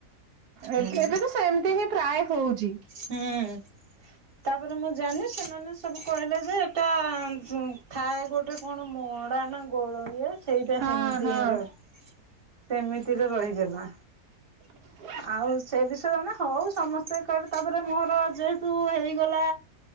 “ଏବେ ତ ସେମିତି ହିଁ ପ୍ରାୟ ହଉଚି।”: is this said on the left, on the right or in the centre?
Right